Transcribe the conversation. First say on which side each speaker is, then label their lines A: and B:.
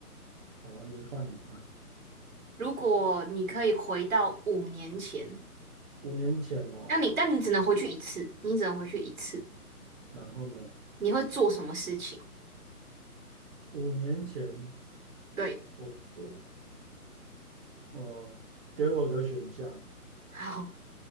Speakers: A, on the right; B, on the right.
A: 好，你换你换。
B: 如果你可以回到五年前，
A: 五年前哦，
B: 那你但你只能回去一次，你只能回去一次，
A: 然后呢？
B: 你会做什么事情？
A: 五年前
B: 对，
A: 我就呃，给我个选项
B: 好，